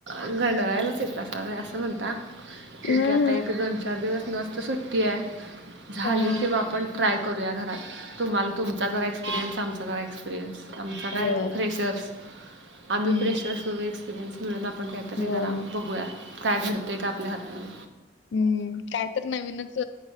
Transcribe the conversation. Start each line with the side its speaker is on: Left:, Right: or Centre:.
Right: घंडवायलाच येत स असं म्हणता ठीक
Left: हम्म
Right: आता एक दोन चार दिवस नसत सुट झाली
Left: हम्म
Right: तेव्हा आपण ट्राय करूया घरात तुम्हाला तुमचा जर एक्सपिरियन्स आम क्पिरियनस आम कायेशर्स
Left: होय
Right: आम्ही
Left: हम्म
Right: प्रेशर्स एक्सपिरियन्स मिळ आपण काहीतरी
Left: होय.
Right: जरा बघूया काय घडतय का आपल्या हातन
Left: हम्म काय तर नवीनच